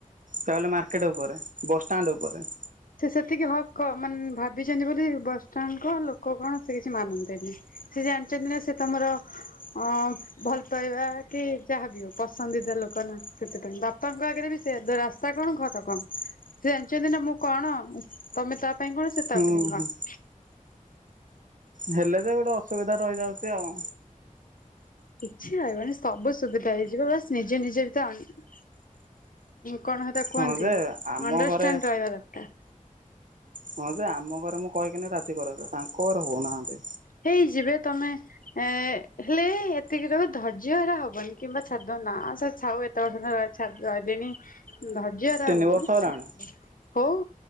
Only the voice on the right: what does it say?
ତାହାଲେ ମାର୍କେଟ ଉପରେ ବସଷ୍ଟାଣ୍ଡ ଉପରେ।
ହୁଁ
ହୁଁ ହେଲେ ଯେ ଗୋଟେ ଅସୁବିଧା ରହିଯାଉଛି ଆଉ।
ହଁ ଯେ ଆମ
ଘରେ
ହଁ ଯେ ଆମ ଘରେ ମୁଁ କହିକିନି ରାଜି କରଉଚି ତାଙ୍କ ଘରେ ହଉନାହାନ୍ତି।
ତିନି
ବର୍ଷ ହେଲାଣି